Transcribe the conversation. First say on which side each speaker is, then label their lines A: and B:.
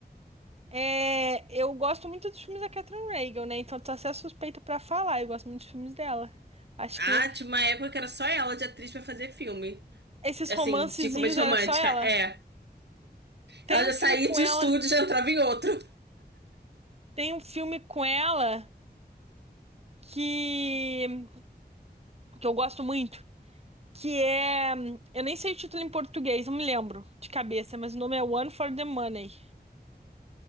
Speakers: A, on the right; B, on the right.
A: É, eu gosto muito dos filmes da Catherine Reagan, né? Então tô até suspeita pra falar, eu gosto muito dos filmes dela. Acho
B: Ah,
A: que
B: tinha uma época que era só ela de atriz pra fazer filme.
A: esses
B: Assim,
A: romancezinhos
B: de comédia
A: era
B: romântica.
A: só ela.
B: É.
A: Tem
B: Ela já
A: um
B: saía
A: filme com
B: de
A: ela,
B: um estúdio e já entrava em outro.
A: tem um filme com ela que que eu gosto muito, que é, eu nem sei o título em português, não me lembro de cabeça, mas o nome é One for the Money.